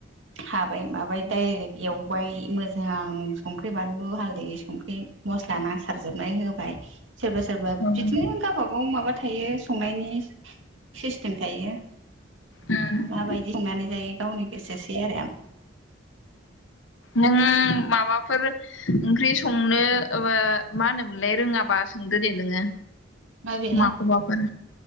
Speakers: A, on the right; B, on the left.
A: हाबाय माबाय डाइरेक एवबाय मो जों आं संख्रि बानलु हालदै संख्रि मस्ला नांसारजोबनाय होबाय। सोरबा सोरबा
B: उम
A: बिदिनो गावबा गाव माबा। थायो संनायनि सिस्टेम थायो।
B: उम
A: माबायदि संनानै जायो गावनि गोसोसै आरो।
B: नों माबाफोर ओंख्रि संनो मा होनोमोनलाय रोङाबा सोंदो दे नोङो
A: माबे
B: माखौबाफोर